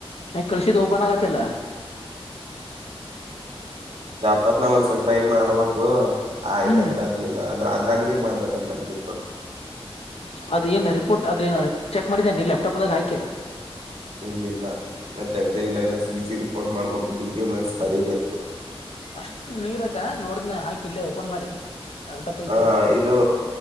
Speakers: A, on the left; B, on the right.
A: ಈ ಕಳಸ ದೋಪಾನಾಗತಲ್ಲ
B: ಲ್ಯಾಪ್ಟಾಪ್ ನ ಒಂದ್ಸಲ್ ಟ್ರಮಾಡುವಾಗು ಆಯ್ತ
A: ಹ್ಮ್
B: ಅಂದ್ರ ಅದ ಏನ ಅದ್ರ ಅದ್ರಂಗೆ ಮಾಡ್ಬೇಕಂತಂದಿಳ್ಬಟ್ಟು
A: ಅದೇನು ರಿಪೋರ್ಟ್ ಅದೇನು ಚೆಕ್ ಮಾಡಿದ್ದೇನೆ ನೀ ಲ್ಯಾಪ್ಟಾಪ್ದಾಗ ಆ್ಕ
B: ಇಲ್ಲ ಇಲ್ಲ ನಾ ತೆಗ್ದೇ ಇಲ್ಲ ಇನ್ನ ಜಿ ರಿಪೋರ್ಟ್ ಮಾಡ್ಬೇಕು ಡಿ ಬಿ ಎಮ್ ಎಸ್ ಬರಿಬೇಕು
A: ಅಷ್ಟು ನೀರಟ ನೋಡ್ದ್ ಹಾಕ ಇಲ್ಲೆ ಓಪನ್ ಮಾಡಿ ಅರ್ಧಪ್ಪ ಐತಿ
B: ಹ ಇದು